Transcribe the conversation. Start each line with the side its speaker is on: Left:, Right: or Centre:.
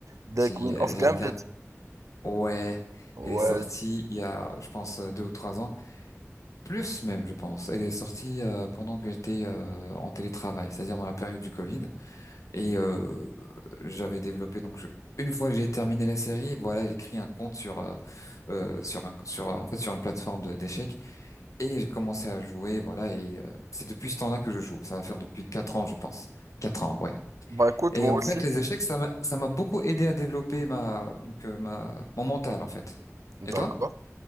Right: Des
Left: J'ai
Right: Queen
Left: euh,
Right: of
Left: j'ai
Right: Gambit.
Left: regardé. Ouais,
Right: Ouais,
Left: elle est sortie il y a, je pense, euh, deux ou trois ans, plus même, je pense. Elle est sortie euh, pendant que j'étais euh, en télétravail, c'est-à-dire dans la période du Covid. Et euh, j'avais développé donc je- une fois que j'ai terminé la série, voilà, j'ai créé un compte sur euh, euh, sur un sur en fait sur une plateforme de- d'échecs et j'ai commencé à jouer, voilà, et euh, c'est depuis ce temps-là que je joue. Ça va faire depuis quatre ans, je pense. Quatre ans, ouais.
Right: Bah écoute,
Left: Et
Right: moi
Left: en
Right: aussi.
Left: fait, les échecs, ça m'a ça m'a beaucoup aidé à développer ma donc euh, ma mon mental en fait.
Right: D'accord.
Left: Et toi,